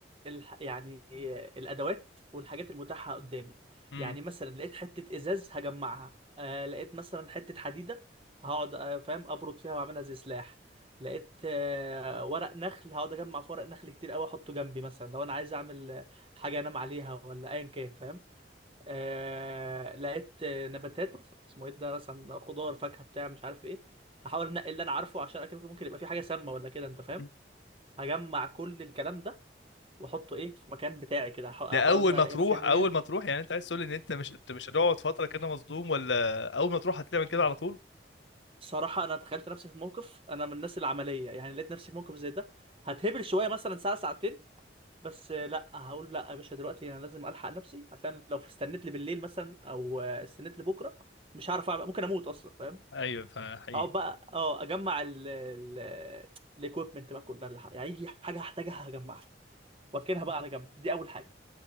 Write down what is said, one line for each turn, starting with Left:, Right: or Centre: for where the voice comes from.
Right: الح... يعني الادوات والحاجات المتاحه قدامي
Left: م-
Right: يعني مثلا لقيت حته ازاز هجمعها آه لقيت مثلا حته حديده هقعد آه فاهم ابرد فيها واعملها زي سلاح لقيت آه ورق نخل هقعد اجمع في ورق نخل كتير قوي احطه جنبي مثلا لو انا عايز اعمل آه، حاجه انام عليها ولا ايا كان فاهم آه لقيت آه، نباتات اسمه ايه ده مثلا خضار فاكهه بتاع مش عارف ايه احاول انقي اللي انا عارفه عشان اكيد ممكن يبقى في حاجه سامه ولا كده انت فاهم
Left: م.
Right: هجمع كل الكلام ده واحطه ايه في مكان بتاعي كده هح- هحاول
Left: ده اول
Right: ان انا
Left: ما
Right: الاقي
Left: تروح
Right: مكان ليا
Left: اول ما تروح يعني انت عايز تقول ان انت مش انت مش هتقعد فترة كده مصدوم ولا اول ما تروح هتعمل كده على طول
Right: الصراحه انا تخيلت نفسي في موقف انا من الناس العمليه يعني لقيت نفسي في موقف زي ده هتهبل شويه مثلا ساعه ساعتين بس آه، لا هقول لا يا باشا دلوقتي انا لازم الحق نفسي عشان لو استنيت لي بالليل مثلا او آه، استنيت لي بكره مش هعرف أعمل- ممكن اموت اصلا فاهم
Left: ايوه فحقيقي
Right: هقعد بقى اه اجمع ال ال الاكويبمنت بقى كل ده اللي ح- يعني اي حاجه هحتاجها هجمعها واركنها بقى على جنب دي اول حاجه